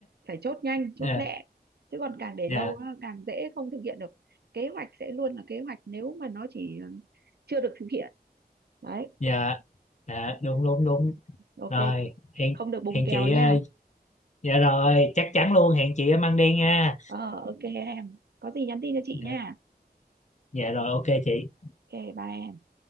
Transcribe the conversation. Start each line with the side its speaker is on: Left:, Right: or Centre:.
Right: phải chốt nhanh chốt
Left: Ờ,
Right: lẹ chứ còn càng để
Left: dạ
Right: lâu á, càng dễ không thực hiện được kế hoạch sẽ luôn là kế hoạch nếu mà nó chỉ ừ, chưa được thực hiện đấy
Left: dạ dạ đúng đúng đúng
Right: ok
Left: rồi hẹn
Right: không được bùng
Left: hẹn
Right: kèo
Left: chị
Right: nha
Left: ờ, dạ rồi chắc chắn luôn hẹn chị ở Măng Đen nha
Right: ờ ok em có gì nhắn tin cho chị
Left: dạ,
Right: nha
Left: dạ rồi ok chị
Right: ok bye em